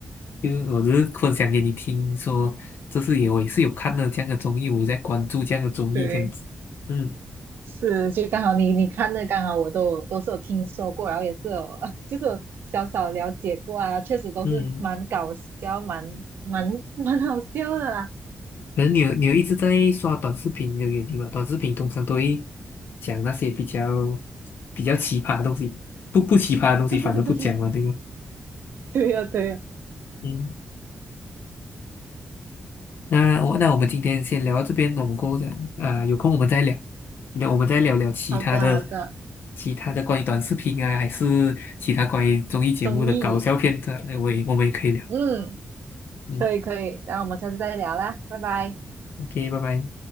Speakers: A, on the left; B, on the right.
A: 就是我只是分享给你听说，这次也我也是有看了这样的综艺，我有在关注这样的综艺这样子，
B: 对。
A: 嗯
B: 是，就刚好你你看的，刚好我都都是有听说过，然后也是有 <laughs> 就是有小小了解过啊，确实都是蛮搞笑，
A: 嗯，
B: 蛮蛮蛮好笑的啦。
A: 可能你有你有一直在刷短视频的原因吧，短视频通常都会讲那些比较比较奇葩的东西。不不奇葩的东西反而不讲了，
B: <laughs>
A: 对吧
B: 对呀、对呀、
A: 嗯，那我那我们今天先聊到这边，我们过后再啊、有空我们再聊，那我们再聊聊其他的，
B: 好的好的，
A: 其他的关于短视频啊，还是其他关于综艺节目的搞笑片段，
B: 综艺，
A: 哎我也我们也可以聊。
B: 嗯，
A: 嗯
B: 可以可以，然后我们下次再聊啦，拜拜。
A: ，OK，拜拜。